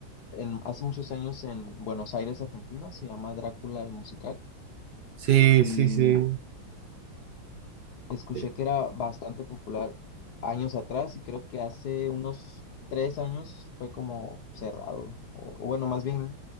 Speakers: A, on the left (about 60°); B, on the right (about 65°).
A: en, hace muchos años en Buenos Aires, Argentina, se llama Drácula el musical.
B: Sí,
A: y
B: sí, sí.
A: Escuché
B: Eh,
A: que era bastante popular años atrás y creo que hace unos tres años fue como cerrado. O, o bueno, más bien